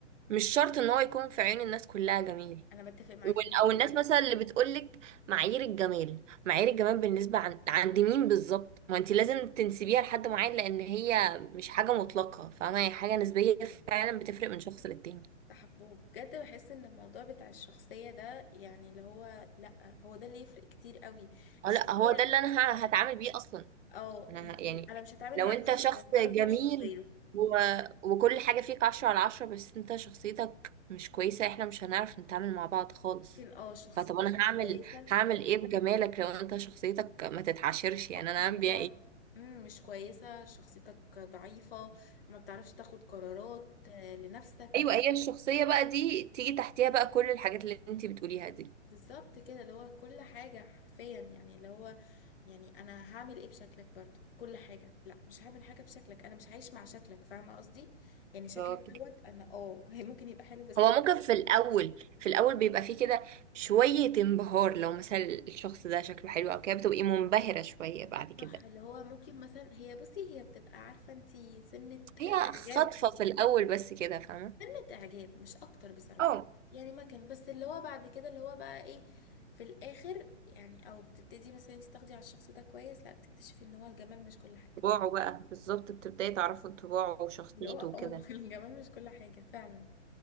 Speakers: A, on the right; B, on the left.
A: مش شرط ان هو يكون في عين الناس كلها جميل
B: أنا بتفق معاكي
A: وال-
B: جدا
A: او الناس مثلا اللي بتقولك معايير الجمال معايير الجمال بالنسبة عن عند مين بالظبط ما انت لازم تنسبيها لحد معين لان هي مش حاجة مطلقة فاهمة هي حاجة نسبية فعلا بتفرق من شخص للتاني
B: بحبه بجد بحس ان الموضوع بتاع الشخصية ده يعني اللي هو لأ هو ده اللي يفرق كتير قوي
A: اه
B: الشخصية
A: لا هو ده اللي انا ه- هتعامل بيه اصلا
B: اه
A: انا
B: مش
A: ه- يعني
B: انا مش هتعامل
A: لو
B: مع
A: انت
B: الشكل
A: شخص
B: انا بتعامل
A: جميل
B: مع الشخصية
A: و... وكل حاجة فيك عشرة على عشرة بس انت شخصيتك مش كويسة احنا مش هنعرف نتعامل مع بعض خالص
B: ممكن اه شخصيتك
A: فطب انا
B: مش
A: هعمل
B: كويسة
A: هعمل ايه بجمالك لو انت شخصيتك ما تتعاشرش يعني
B: صح
A: انا
B: اللي
A: هعمل بيها
B: هو
A: ايه
B: مم، مش كويسة شخصيتك ضعيفة ما بتعرفش تاخد قرارات آه، لنفسك
A: ايوه هي الشخصية بقى دي تيجي تحتيها بقى كل الحاجات اللي انت بتقوليها دي
B: بالظبط كده اللي هو كل حاجة حرفيا يعني اللي هو يعني انا هعمل ايه بشكلك برضو في كل حاجه لا مش هعمل حاجه بشكلك انا مش هعيش مع شكلك فاهمه قصدي
A: بالظبط
B: يعني شكلك دوت
A: كده.
B: انا اه <laughs> هي ممكن يبقى حلو في الصور
A: هو ممكن في الأول في الأول بيبقى فيه كده شوية انبهار لو مثلا الشخص ده شكله حلو أو كده بتبقي منبهرة شوية بعد كده
B: صح اللي هو ممكن مثلا هي بصي هي بتبقى عارفه انتي سنه
A: هي
B: اعجاب
A: خطفة في الأول بس كده فاهمة
B: سنه اعجاب مش اكتر بصراحه
A: اه
B: يعني ما كان بس اللي هو بعد كده اللي هو بقى ايه في الاخر يعني او بتبتدي مثلا انتي تاخدي على الشخص ده كويس لا بتكتشفي ان هو الجمال مش كل حاجه
A: طباعه بقى بالظبط بتبداي تعرفي طباعه وشخصيته
B: اللي هو اه
A: وكده
B: <laughs> الجمال مش كل حاجه فعلا